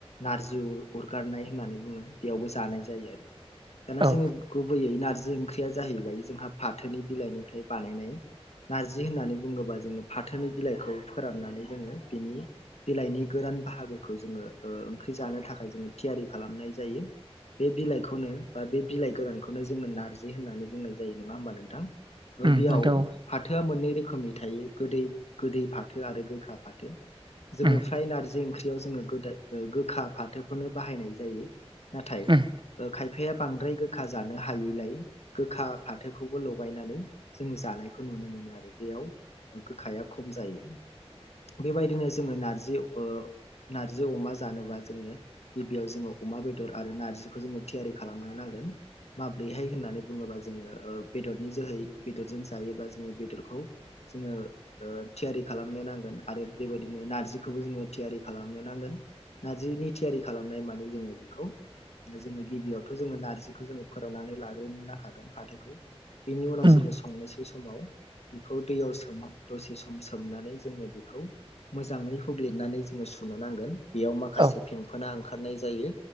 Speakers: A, on the left; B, on the right.
A: नारजि उ अरगारनाय होननानै बुङो बेयावबो जानाय जायो । दाना
B: औ
A: जोङो गुबैयै नारजि ओंख्रिया जाहैबाय जोंहा फाथोनि बिलाइनिफ्राय बानायनाय । नारजि होननानै बुङोबा जोङो फाथोनि बिलाइखौ फोराननानै जोङो बिनि बिलाइनि गोरान बाहागोखौ जोङो ओ ओंख्रि जानो थाखाय जोङो थियारि खालामनाय जायो । बे बिलाइखौनो बा बे बिलाइ गोरानखौनो जोङो नारजि होननानै बुंनाय जायो । नङा होमबा नोंथां? ओ
B: उम
A: बेयाव
B: नोंथां औ
A: फाथोआ मोननै रोखोमनि थायो गोदै - गोदै फाथो आरो गोखा फाथो । जोङो
B: उम
A: फ्राय नारजि ओंख्रियाव जोङो गोदाय गोखा फाथोखौनो बाहायनाय जायो । नाथाय
B: उम
A: खायफाया बांद्राय गोखा जानो हायैलाय गोखा फाथोखौबो लगायनानै जों जानाय नुनो मोनो आरो बेयाव गोखाया खम जायो । बेबायदिनो जोङो नारजि ओ नार्जि अमा जानोबा जोङो गिबियाव जोङो अमा बेदर आरो नार्जिखौ जोङो थियारि खालामनो नांगोन । माब्रैहाय होननानै बुङोबा जोङो ओ बेदरनि जोहै बेदरजों जायोब्ला जोङो बेदरखौ जोङो ओ थियारि खालामनो नांगोन आरो बेबायदिनो नारजिखौबो थियारि खालामनो नांगोन नारजिनि थियारि खालामनाय माने जोङो बेखौ जोङो गिबियावथ' जोङो नारजिखौ जोङो फोराननानै लाग्रोनो नांखागोन फाथोखौ । बिनि उनाव
B: उम
A: जोङो संनोसै समाव बेखौ दैयाव सोमहाब दसे सम सोमनानै जोङो बेखौ मोजाङै हुब्लिदनानै जोङो सुनो नांगोन बेयाव माखासे
B: औ
A: फेंफोना ओंखारनाय जायो